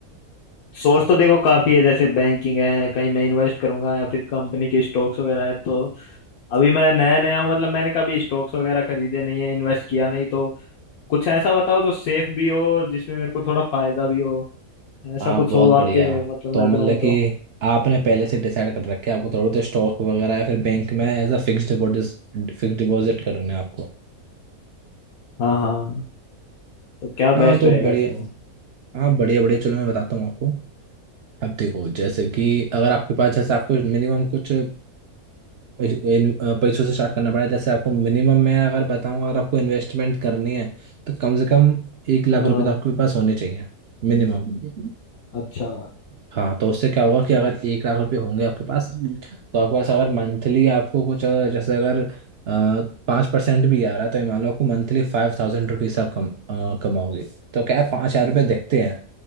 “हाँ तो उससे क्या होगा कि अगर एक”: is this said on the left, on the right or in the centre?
Right